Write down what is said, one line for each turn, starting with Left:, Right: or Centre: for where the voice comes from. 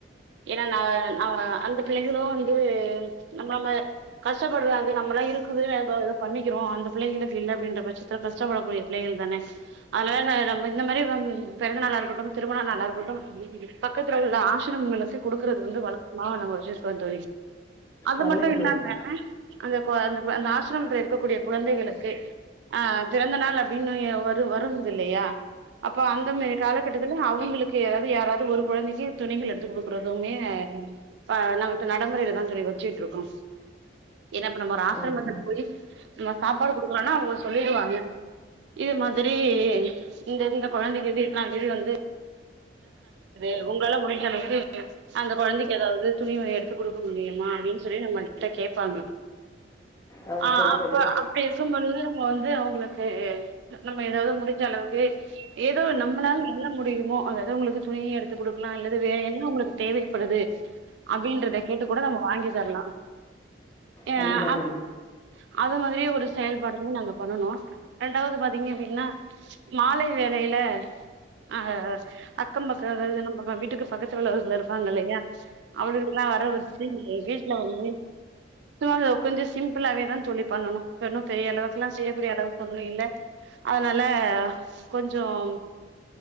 Right: ஏன்னா நா அ அந்த பிள்ளைகளும் வந்து நம்மள மா கஷ்டப்படுற நம்மெல்லா இருக்குது எதா பண்ணிக்கிறோ அந்த பிள்ளைகளுக்கு இல்ல அப்படின்ற பட்சத்துல கஷ்டப்படக்கூடிய பிள்ளைகள் தானே அதனால நம்ம இந்த மாதிரி பிறந்த நாளா இருக்கட்டும் திருமண நாளா இருக்கட்டும் பக்கத்துல உள்ள ஆசிரமங்களுக்கு கொடுக்குறது வந்து வழக்கமாக நாங்க வச்சுருக்கோ தோழி அது
Left: நல்லது
Right: மட்டு இல்லாம
Left: தோழி
Right: அந்த அந்த அந்த ஆசிரமத்தில இருக்கக்கூடிய குழந்தைகளுக்கு ஆ பிறந்த நாள் அப்டின்னு அது வருங்குது இல்லையா அப்ப அந்த மாரி காலகட்டத்துல அவங்களுக்கு யாரது யாராவது ஒரு குழந்தைக்கு துணிகள் எடுத்து கொடுக்கறதுமே அ நடைமுறையில தா தோழி வச்சட்டு இருக்கோ ஏனா இப்ப நம்ம ஒரு ஆசிரமத்துக்கு
Left: ம்
Right: போய் நம்ம சாப்பாடு கொடுக்கறனா அவங்க சொல்லுருவாங்க இது மா திரி இந்த இந்த குழந்தைக்கு வந்து இத்தனாந் தேதி வந்து அ பிறந்தநாள் வருது உங்களால முடிஞ்ச அளவுக்கு அந்த கொழந்தைக்கு ஏதாவது துணி எடுத்து கொடுக்க முடியுமா அப்டின்னு சொல்லி நம்மள்ட்ட கேட்பாங்க
Left: ஆ
Right: ஆஹ்
Left: சரி
Right: அப்ப
Left: தோழி
Right: அப்டி இருக்கும் பொழுது வந்து அவங்களுக்கு நம்ம ஏதாவது முடிஞ்ச அளவுக்கு ஏதோ நம்மளால என்ன முடியுமோ அதது அவங்களுக்கு துணி எடுத்து கொடுக்கலா இல்லது வேற என்ன அவங்களுக்கு தேவைப்படுது அப்படின்றத கேட்டு கூட நம்ம வாங்கி தரலா ஏ
Left: கண்டிப்பா
Right: அந்த
Left: தோழி
Right: அது மாதிரிய ஒரு செயல்பாடையு நாங்க பண்ணுனோ ரெண்டாவது பாத் பீங்க அப்டின்னா மாலை வேலையில அஹ் அக்கம் பக்கம் அதாவது நம்ம வீட்டுக்கு பக்கத்து உள்ளவகள் இருப்பாங்க இல்லையா அவர்களுக்கு எல்லா வர வச்சு வீட்டுல வந்து சுமா கொஞ்சம் சிம்பிளாவேதா சொல்லி பண்ணுனோ ஒன்னு பெரிய அளவுக்குல்லா செய்யக்கூடிய அளவுக்கு ஒன்னு இல்ல அதனால கொஞ்சம்